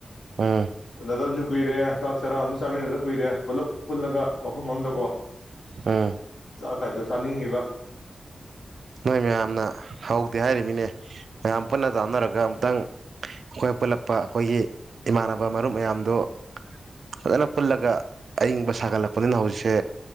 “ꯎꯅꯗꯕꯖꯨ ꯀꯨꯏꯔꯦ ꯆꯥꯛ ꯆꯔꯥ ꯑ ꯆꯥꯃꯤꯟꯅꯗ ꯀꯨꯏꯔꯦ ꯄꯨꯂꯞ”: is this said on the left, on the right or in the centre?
Left